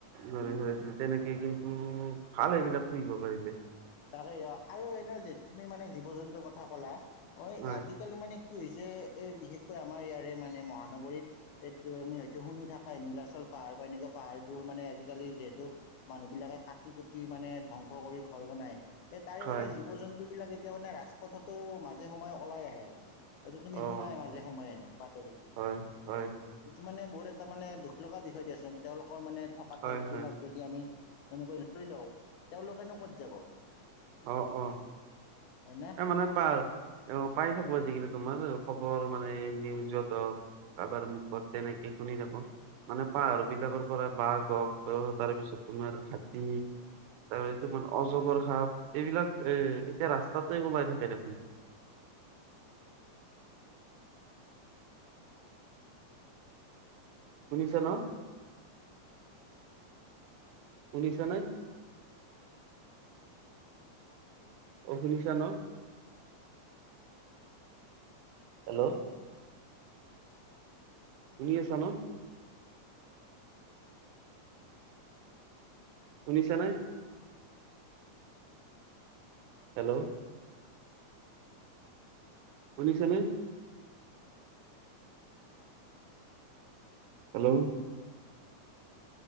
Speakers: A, on the right; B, on the left.
A: গৰু
B: উম
A: চৰাইছিল
B: উম।
A: তেনেকে কিন্তু ভাল এইবিলাক পুহিব পাৰিলে।
B: তাকে আৰু এনে যে তুমি মানে জীৱ-জন্তুৰ কথা কলা অ' আদি-
A: হয়
B: আজিকালি মানে কি হৈছে এ বিশেষকৈ আমাৰ ইয়াৰে মানে মহানগৰীত- সেইটো আমি হয়তো শুনি থাকাই নিলাচল পাহাৰ বা এনেকা- পাহাৰবোৰ মানে আজিকালি যিহেতু মানুহবিলাকে কাটি কুটি মানে ধ্বংস কৰি ঘৰ বনায়। সেই তাৰে
A: হয়
B: মানে জীৱ-জন্তু বিলাক এতিয়া মানে ৰাজপথতো মাজে সময়ে ওলাই আহে। এইটো তুমি
A: অ
B: শুনাই মাজে সময়ে বাতৰিত।
A: হয় হয়
B: সেইটো মানে বহুত এটা মানে দুখ লগা বিষয় দিয়াচোন তেওঁলোকৰ মানে থকা
A: হয়
B: ঠাই
A: হয়
B: বিলাক য- আমি এনেকৈ লৈ লওঁ তেওঁলোকেনো ক'ত যাব।
A: অ' অ'।
B: হয় না।
A: এ মানে পাৰ পাই থাকো আজিকালি তোমাৰ খবৰ মানে নিউজত হওক- কাবাৰ মুখত তেনেকে- শুনি থাকো মানে পাহাৰ বিলাকৰ পৰা বাঘ হওক তাৰ পিছত তোমাৰ হাতী- তাৰ পিছত তোমাৰ অজগৰ সাপ এইবিলাক এ এতিয়া ৰাস্তাটে ওলাই থাকে দেখোন। শুনিছা ন, শুনিছা নাই? অ' শুনিছা ন? হেল্ল'। শুনি আছা ন? শুনিছা নাই হেল্ল' শুনিছানে? হেল্ল'